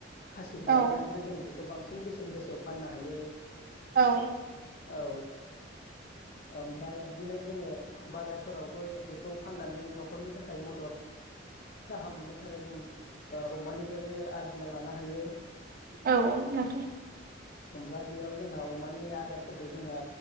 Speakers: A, on the left; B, on the right.
A: खासि खालामनानैबो
B: औ
A: जों बेखौ बांसिन बांसिन बेसेन गोसायाव फाननो हायो ।
B: औ ।
A: औ ओमफ्राय बिदिनो जोङो बाजारफोराव बो बेखौ फाननानै नखरनि थाखाय मदद राहा मोननो थाखाय जों ओ अमानिफ्रायबो आरजि आरजिना लानो हायो ।
B: औ औ नोंथां ।
A: ओमफ्राय बेयाव जोंहा अमानि आदारफोरखौ जोंहा